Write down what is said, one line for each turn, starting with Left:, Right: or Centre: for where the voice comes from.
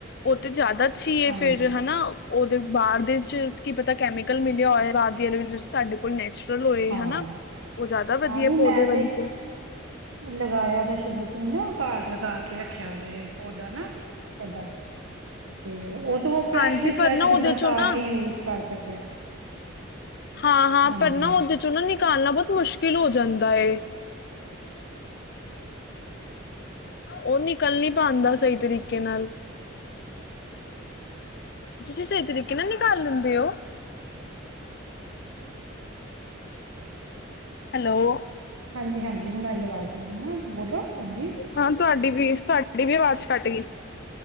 Left: ਉਹ ਤੇ ਜਿਆਦਾ ਅੱਛੀ
Right: ਹਾਂਜੀ
Left: ਫੇਰ ਹਨਾ। ਉਹਦੇ ਬਾਹਰ ਦੇ ਚ ਕੀ ਪਤਾ ਕੈਮੀਕਲ ਮਿਲਿਆ ਹੋਇਆ ਬਾਹਰ ਦੀ ਐਲੋਵੇਰਾ ਵਿੱਚ ਸਾਡੇ ਕੋਲ ਨੈਚੁਰਲ ਲ ਹੋਏ
Right: ਹਾਂ
Left: ਹਨਾ। ਉਹ ਜ਼ਿਆਦਾ
Right: ਹਾਂ
Left: ਵਧੀਆ
Right: ਨਹੀਂ
Left: ਪੌਦੇ
Right: ਮੈਂ
Left: ਵਾਲੀ ਤੇ
Right: ਲਗਾਇਆ ਤਾ ਸ਼ੁਰੂ ਤੋਂ ਹੀ ਨਾ ਘਰ ਲਗਾਂ ਕੇ ਰੱਖਿਆ ਦਾ ਇਹ ਪੌਦਾ ਨਾ। ਪਤਾ ਤੇ ਫੇਰ ਉਹ ਫਰੈਸ਼
Left: ਹਾਂਜੀ
Right: ਦੀ ਫਰੈਸ਼
Left: ਪਰ ਨਾ ਉਹਦੇ
Right: ਬੰਦਾ
Left: ਚੋਂ
Right: ਤਾਰ
Left: ਨਾ
Right: ਕੇ ਯੂਜ ਕਰ ਸਕਦਾ ਹੈ।
Left: ਹਾਂ ਹਾਂ
Right: ਹਾਂਜੀ
Left: ਪਰ ਨਾ ਉਹਦੇ ਚੋਂ ਨਾ ਨਿਕਾਲਣਾ ਬਹੁਤ ਮੁਸ਼ਕਿਲ ਹੋ ਜਾਂਦਾ ਐ। ਉਹ ਨਿਕਲ਼ ਨੀ ਪਾਉਂਦਾ ਸਹੀ ਤਰੀਕੇ ਨਾਲ ਤੁਸੀਂ ਸਹੀ ਤਰੀਕੇ ਨਾਲ ਨਿਕਾਲ ਲੈਂਦੇ ਹੋ। ਹੈਲੋ
Right: ਹਾਂਜੀ ਹਾਂਜੀ ਹੁਣ ਆਈ ਆਵਾਜ਼ ਮੇਰੀ ਨਾ ਬੋਲੋ ਹਾਂਜੀ
Left: ਹਾਂ ਤੁਹਾਡੀ ਵੀ ਤੁਹਾਡੀ ਵੀ ਆਵਾਜ਼ ਕੱਟ ਗਈ ਸੀ।